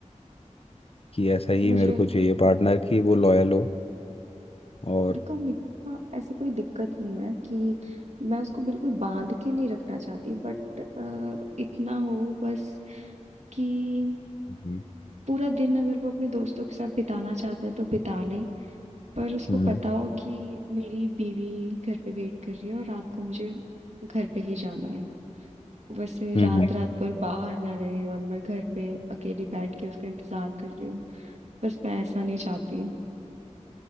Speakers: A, on the left; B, on the right.
A: कि ऐसा ही
B: मुझे
A: मेरे को चाहिए पार्टनर कि वो लॉयल हो और
B: देखो मेरे को ना ऐसी कोई दिक्कत नहीं है कि मैं उसको बिल्कुल बांध के नहीं रखना चाहती बट इतना हो बस कि
A: हम्म
B: पूरा दिन अगर वो अपने दोस्तों के साथ बिताना चाहता है तो बिता ले पर उसको
A: हम्म।
B: पता हो कि मेरी बीवी घर पे वेट कर रही है और रात को मुझे घर पे ही जाना है वैसे
A: हम्म
B: रात
A: हम्म,
B: रात भर बाहर ना रहे और मैं घर पे अकेली बैठ के उसका इंतजार कर रही हूँ बस मैं ऐसा नहीं चाहती